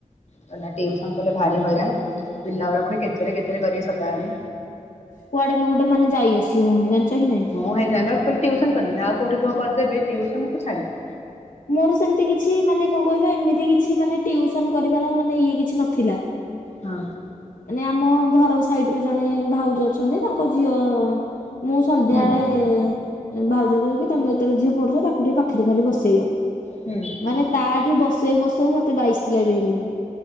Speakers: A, on the left; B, on the left.
A: ଗଲା ଟିଉସନ୍ କଲେ ଭାରି ହଇରାଣ ପିଲାଗୁଡା ପୁଣି କେଚେରେ କେଚେରେ କରିବେ ସଦାବେଳେ।
B: କୁଆଡେ ବି ଗୋଟେ ମାନେ ଯାଇ ଆସି ହଉନି ଜାଣିଛ କି ନାଇଁ?
A: ମୁଁ ହେଇଥ ପାଇଁ ବା କି ଟ୍ୟଉସନ କରିବିନି ଆଉ କଉଠି କହ କରିଦେବି ଟିଉସନକୁ ଛାଡ଼ିକି।
B: ମୋର ସେମିତି କିଛି ମାନେ କଣ କହିଲ ଏମିତି କିଛି ମାନେ ଟିଉସନ କରିବାର ମାନେ ଇଏ କିଛି ନଥିଲା।
A: ହଁ।
B: ମାନେ ଆମ ଘର ସାଇଡରେ ଜଣେ ଭାଉଜ ଅଛନ୍ତି ତାଙ୍କ ଝିଅ ମୁଁ ସନ୍ଧ୍ୟାବେଳେ
A: ହୁଁ
B: ଭାଉଜ କହେ କି ତମେ ଯେତେବେଳେ ଝିଅ ପଡୁଛ ତାକୁ ଟିକେ ପାଖରେ ଖାଲି ବସେଇବ।
A: ହୁଁ।
B: ମାନେ ତାଠୁ ବସେଇ ବସେଉ ମତେ ବାଇଶ ପିଲା ବି ହେଇଗଲେଣି।